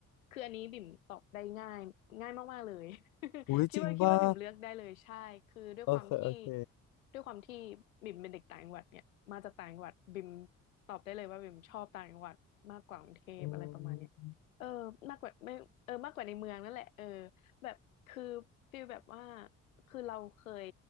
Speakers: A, on the left (about 75°); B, on the left (about 55°).
A: คืออันนี้บิ่มตอบได้ง่ายง่ายมากๆเลย <laughs>
B: อุ้ยจริงป่ะ
A: คิดว่าคิดว่าบิ่มเลือกได้เลยใช่คือด้วยความที่
B: โอเคโอเค
A: ด้วยความที่บิ่มเป็นเด็กต่างจังหวัดเนี่ยมาจากต่างจังหวัดบิ่มตอบได้เลยว่าบิ่มชอบต่างจังหวัดมากกว่ากรุงเทพอะไรประมาณเนี้ยเออมากกว่าไม่เออมากกว่าในเมืองนั่นแหละเออ
B: อืม
A: แบบคือฟีลแบบว่าคือเราเคย